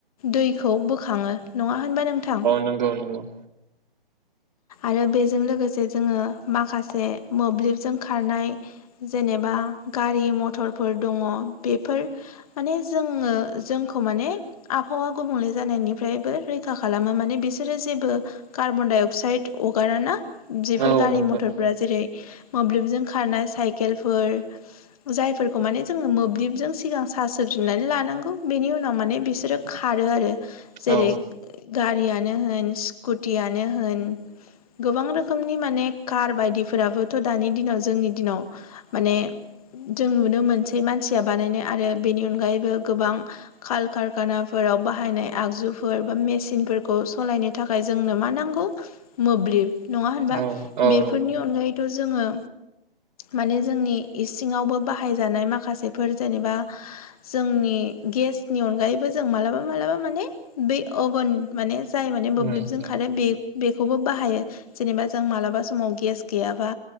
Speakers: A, on the left; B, on the right.
A: दैखौ बोखांङो नंङा होनबा नोंथां?
B: नोंगौ नोंगौ।
A: आरो बेजों लोगोसे जोङो माखासे मोब्लिबजों खारनाय जेनेबा गारि मथरफोर दङ' बेफोर माने जोङो जोंखौ माने आबहावा गुबुंले जानायनिफ्रायबो रैखा खालामो माने बिसोरो जेबो कार्बन डाइ अक्साइद अगाराना जेफोर
B: औ
A: गारि
B: नंगौ
A: मथरफोरा
B: नंगौ
A: जेरै मोब्लिबजों खारनाय साइकेलफोर जायफोरखौ माने जोङो मोब्लिबजों सिगां सार्ज होफिन नानै लानांगौ बेनि उनाव माने बिसोरो खारो आरो जेरै
B: औ
A: गारियानो होन स्कु टियानो होन। गोबां रोखोमनि माने कार बायदि फोराबोथ' दानि दिनाव जोंनि दिनाव माने जों नुनो मोनसै मानसिया बानायनाय आरो बेनि अनगायैबो गोबां काल कारखाना फोराव बाहायनाय आगजुफोर बा मेचिन फोरखौ सालायनो थाखाय थाखाय जोंनो मा नांगौ मोब्लिब नङा होनबा?
B: औ औ
A: बेफोरनि
B: नंगौ
A: अनगायै थ' जोङो माने जोंनि इसिङावबो बाहायजानाय माखासेफोर जेनेबा जोंनि गेसनि अनगायैबो जों मालाबा मालाबा माने बै अभन माने जाय माने मोब्लिबजों
B: उम उम
A: खारो बे खौबो बाहायो जेनेबा जों मालाबा समाव गेस गैयाबा